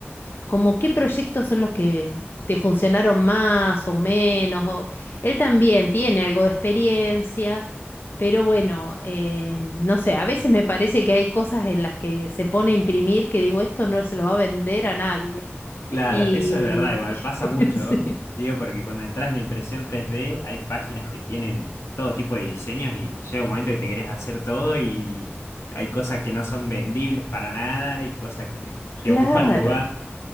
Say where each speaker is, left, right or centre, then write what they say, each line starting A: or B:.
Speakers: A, on the left; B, on the left.
A: como qué proyectos son los que te funcionaron más o menos. o- Él también tiene algo de experiencia, pero bueno, eh, no sé, a veces me parece que hay cosas en las que se pone a imprimir que digo, esto no se lo va a vender a nadie.
B: Claro,
A: Y...
B: eso es verdad, igual pasa
A: <laughs>
B: mucho,
A: Sí.
B: digo, porque cuando entras en impresión tres d hay páginas que tienen todo tipo de diseños y llega un momento que te querés hacer todo y hay cosas que no son vendibles para nada y cosas que te
A: Claro.
B: ocupan lugar.
A: <laughs>